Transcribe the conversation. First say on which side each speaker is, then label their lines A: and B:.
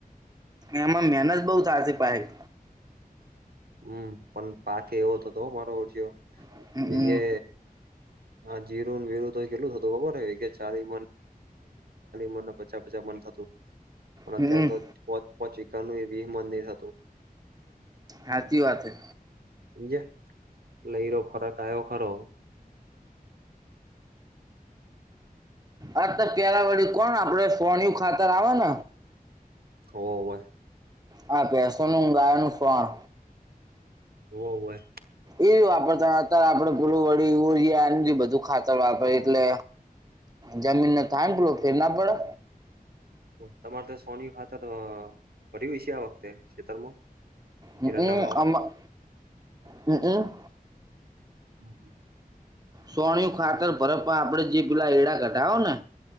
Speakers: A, on the right; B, on the right.
A: એમાં મેનત બઉ થાય સે પાહી
B: હમ્મ પન પાકે એવો થતો હં મારો <unintelligible>
A: હમમ
B: વીજે હા જીરું ન વિરું તો કેટલુ હતું ખબરે <unintelligible> ચાલી મન પચા પચા મન થતું પણ
A: હમમ
B: અત્યારે તો પોચ પોચ એકરનુંય વિહ મન ની થતું
A: હાચી વાત છે.
B: હમજ્યા એટલે એરો ફરક આયો ખરો
A: આ તો પેલા આપડે વળી કોણ આપડે સોણયુ ખાતર આવે ન
B: હોવે
A: હા ભેસોનું ન ગાયોનું સોણ
B: હોવે
A: એય વાપરતા હતા આપણેે ફુલું વળી ઉરયા નજી બધું ખાતર વાપરે એટલે જમીનને થાય ને પેલુ ફેર ના પડે
B: તમારે તો સોણીયુ ખાતર તો પડ્યુ અશે આ વખતે ખેતરમાં કિરણના
A: હમમ આમાં હમમ
B: <unintelligible>
A: સોણીયુ ખાતર ભરે પણ આપડે જી પેલા એળા કઢાવ ને